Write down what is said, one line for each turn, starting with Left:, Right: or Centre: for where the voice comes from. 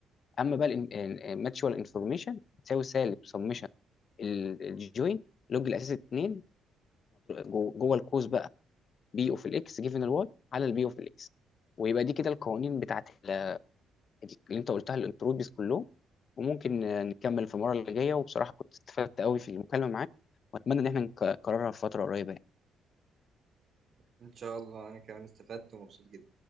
Left: اما بقى الماتشوال انفورميشن بتساوي سالب سمشن الجوينت لوج الاساس 2 جوه القوس بقى بي اوف الاكس جيفن الواي على البي اوف الاكس ويبقى دي كده القوانين بتاعت ال- اللي انت قلتها الانتروبيز كلهم وممكن آه، نكمل في المرة اللي جاية وبصراحة كنت استفدت قوي في المكالمة معاك وأتمنى إن احنا نك- نكررها في فترة قريبة يعني.
Right: ان شاء الله انا كمان استفدت ومبسوط جدا